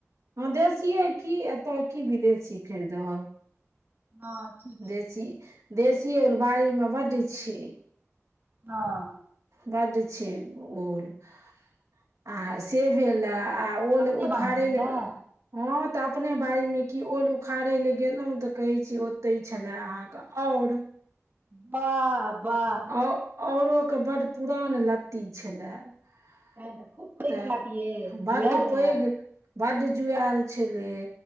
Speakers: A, on the right (about 75°); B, on the right (about 40°).
A: हऽ देसिए की एतऽ की विदेशी खैरदब
B: हँ ठीके
A: देशी देशी ओल बाड़ी में बड छै
B: हऽ
A: बड छै ओल <inaudible> आ से भेल रहै आ ओल
B: अपने
A: उफारे
B: बाड़ीमे
A: ले
B: छलै
A: हऽ तऽ अपने बारी में की ओल उखाड़े ले गेलौ तऽ कहे छी ओते छले अहाँ कऽ और
B: वाह वाह
A: औ औरो कऽ बड पुरान लत्ती छलै
B: तहन
A: <inaudible>
B: तऽ खूब पैघ
A: तऽ
B: हैत यै
A: बड
B: जुआएल
A: पैघ
B: हैत
A: बड जुऐल छलै